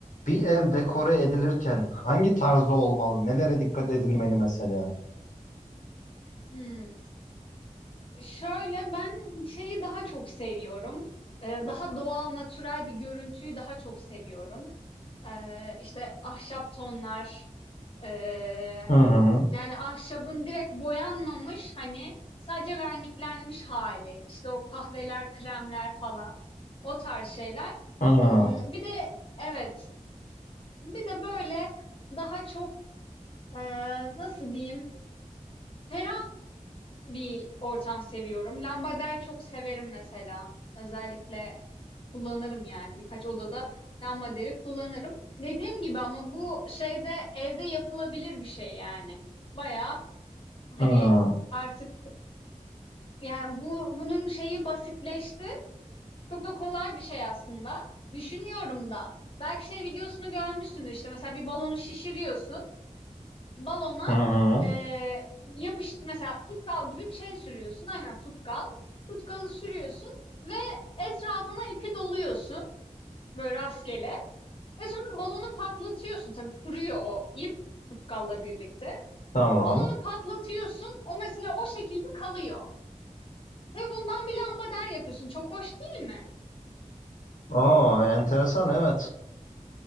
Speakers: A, on the left; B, on the left.
A: bir ev dekore edilirken hangi tarzda olmalı? Nelere dikkat edilmeli mesela?
B: Hmm. Şöyle, ben şeyi daha çok seviyorum. Eee, daha doğal, natürel bir görüntüyü daha çok seviyorum. Eee, işte ahşap tonlar, eee,
A: Hı hı.
B: yani ahşabın direkt boyanmamış hani sadece verniklenmiş hali. İşte o kahveler, kremler falan. O tarz şeyler.
A: Hı hı.
B: Hmm, bir de evet, bir de böyle daha çok eee, nasıl diyeyim? Ferah bir ortam seviyorum. Lambader çok severim mesela. Özellikle kullanırım yani birkaç odada lambaderi kullanırım. Dediğim gibi ama bu şeyde evde yapılabilir bir şey yani. Bayağı hani
A: Hı
B: artık yani bu bunun şeyi basitleşti. Çok da kolay bir şey aslında. Düşünüyorum da. Belki şey videosunu görmüşsündür işte mesela bir balonu şişiriyorsun. balona
A: hı. hı.
B: eee yapıştı mesela tutkal gibi bir şey sürüyorsun. Aynen tutkal. Tutkalı sürüyorsun ve etrafına ipi doluyorsun böyle rastgele ve sonra balonu patlatıyorsun. Tabii kuruyor o ip tutkalla birlikte.
A: Tamam.
B: Balonu patlatıyorsun. O mesela o şekilde kalıyor. Ve bundan bir lambader yapıyorsun. Çok hoş değil mi?
A: Oo, enteresan evet.